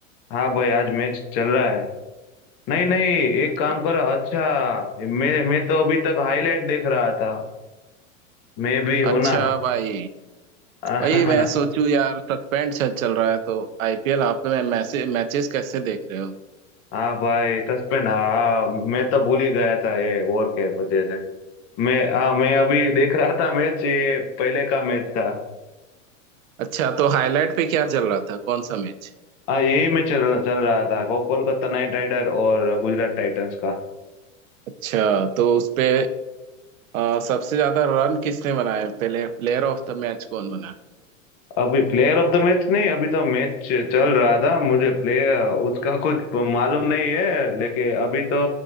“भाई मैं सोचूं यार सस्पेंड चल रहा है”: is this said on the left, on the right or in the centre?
Right